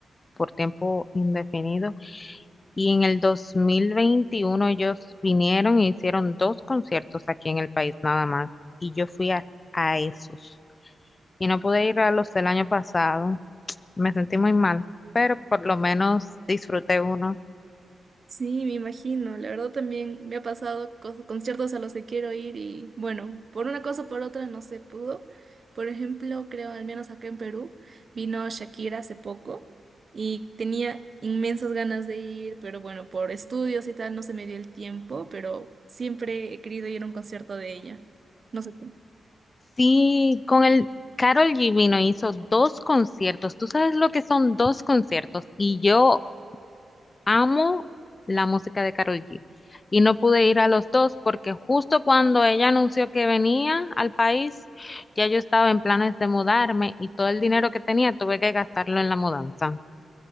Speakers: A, on the left; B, on the right.
A: por tiempo indefinido. Y en el 2021 ellos vinieron y hicieron dos conciertos aquí en el país nada más. Y yo fui a, a esos. Y no pude ir a los del año pasado. Me sentí muy mal, pero por lo menos disfruté uno.
B: Sí, me imagino. La verdad también me ha pasado cos- conciertos a los que quiero ir y bueno, por una cosa o por otra no se pudo. Por ejemplo, creo, al menos acá en Perú, vino Shakira hace poco y tenía inmensas ganas de ir, pero bueno, por estudios y tal no se me dio el tiempo, pero siempre he querido ir a un concierto de ella. No sé.
A: Sí, con el Karol G vino, hizo dos conciertos. ¿Tú sabes lo que son dos conciertos? Y yo amo la música de Karol G. Y no pude ir a los dos porque justo cuando ella anunció que venía al país, ya yo estaba en planes de mudarme y todo el dinero que tenía tuve que gastarlo en la mudanza.